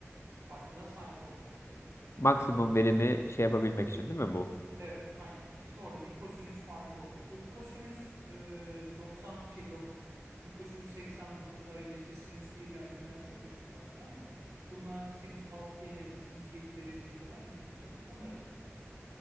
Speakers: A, on the right (about 75°); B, on the left (about 60°).
A: farklılığa sahip olduğuna bakarım.
B: Maksimum
A: Bunları
B: verimi şey yapabilmek için değil mi bu?
A: evet aynen. İşte orada bir kosinüs farkı oluyor. Tabii kosinüs e, 90 şey dok- kosinüs 89'da ya da işte sinüs birler ikiler çok düşük farktır ama bunlar sinüs 6'ya ya da sinüs 7 dereceye kadar gidebiliyor. Onlara dikkat ediyorum.